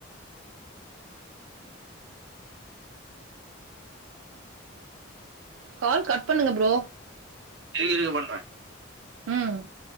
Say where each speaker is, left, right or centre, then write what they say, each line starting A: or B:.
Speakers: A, on the right; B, on the right.
A: கால் கட் பண்ணுங்க ப்ரோ
B: இருங்க இருங்க பண்றே
A: ம்